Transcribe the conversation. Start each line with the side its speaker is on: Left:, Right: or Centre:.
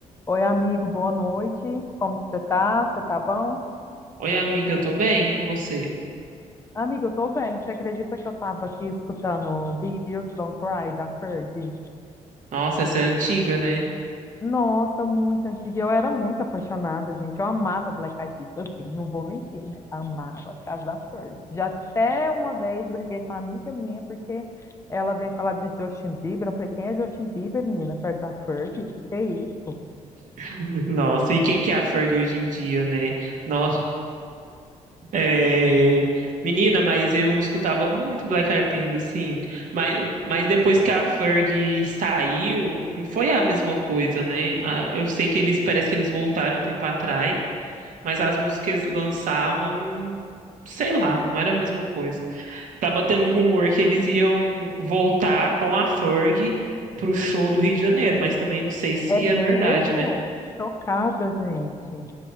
Left: Oi, amigo, boa noite. Como que você tá? Você tá bom?
Right: Oi, amiga, eu tô bem, e você?
Left: Amigo, eu tô bem. Você acredita que eu tava aqui escutando Big Girls Don't Cry da Fergie?
Right: Nossa, essa é antiga, né?
Left: Nossa, muito antiga. Eu era muito apaixonada, gente. Eu amava Black Eyed Peas, assim, não vou mentir, né? Amava por causa da Fergie. Já até uma vez briguei com uma amiga minha porque ela veio falar de Justin Bieber. Eu falei, quem é Justin Bieber, menina? Perto da Fergie? Que que é isso?
Right: <laughs> Nossa, e quem que é a Ferg hoje em dia, né? Nossa, é... Menina, mas eu escutava muito Black Eyed Peas, assim, mas, mas depois que a Ferg saiu, não foi a mesma coisa, né? Ah, Eu sei que eles, parece que eles voltaram um tempo atrás, mas as músicas lançavam, não- sei lá, não era a mesma coisa. tava tendo um rumor que eles iam voltar com a Ferg pro show do Rio de Janeiro, mas também não sei se
Left: É mesmo?
Right: é verdade, né?
Left: Chocada, gente.